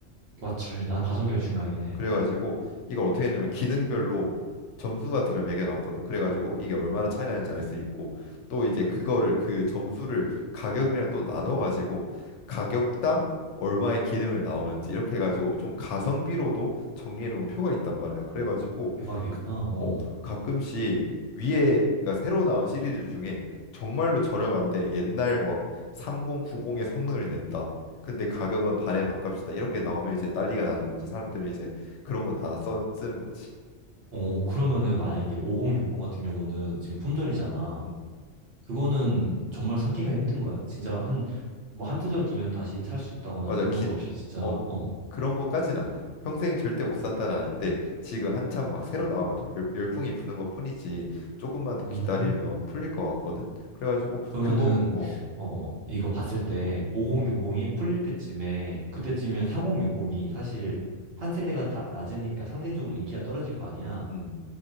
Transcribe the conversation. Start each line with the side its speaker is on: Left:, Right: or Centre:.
Right: 맞지. 난 가성비가
Left: 어.
Right: 중요하긴 해.
Left: 그래가지고 이걸 어떻게 했냐면 기능별로 점수 같은 걸 매겨놨거든. 그래가지고 이게 얼마나 차이 나는지 알 수 있고 또 이제 그거를 그 점수를 가격이랑 또 나눠가지고 가격당 얼마의 기능을 나오는지 이렇게 해가지고 좀 가성비로도 정리해 놓은 표가 있단 말이야. 그래가지고
Right: 대박이구나.
Left: 가-
Right: 어.
Left: 어, 가끔씩 위에 그러니까 새로 나온 시리즈 중에 정말로 저렴한데 옛날 막 3090의 성능을 낸다. 근데 가격은 반의 반값이다. 이런 게 나오면 이제 난리가 나는 거지. 사람들이 이제 그런 거 다 써 쓰는 거지.
Right: 어, 어, 그러면은 만약에 50, 60 같은 경우는 지금 품절이잖아.
Left: 음.
Right: 그거는 정말 찾기가 힘든 거야. 진짜 한, 뭐 한두 달 뒤면 다시 살 수 있다거나
Left: 맞아.
Right: 그런
Left: 기,
Right: 것도 없이 진짜,
Left: 어
Right: 어.
Left: 그런 거까지는 아니야. 평생 절대 못 산다는 아닌데 지금 한참 막 새로 나와가지고 열, 열풍이 부는 것뿐이지. 조금만 더 기다리면
Right: 음.
Left: 풀릴 것 같거든. 그래가지고
Right: 그러면은,
Left: 그거 어.
Right: 어, 어, 이거 봤을 때 5060이 풀릴 때쯤에, 그때쯤이면 4060이 사실 한 세대가 다 낮으니까 상대적으로 인기가 떨어질 거 아니야?
Left: 음.